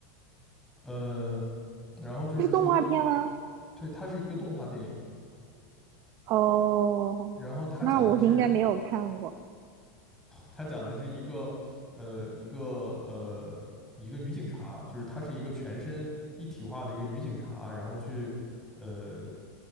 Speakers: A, in the centre; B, on the right.
A: 呃，然后就是说，
B: 它是动画片吗？
A: 对，它是一个动画电影。
B: 哦，
A: 然后他讲的是，
B: 那我应该没有看过。
A: 他讲的是一个，呃，一个呃，一个女警察，就是她是一个全身一体化的一个女警察，然后去，呃，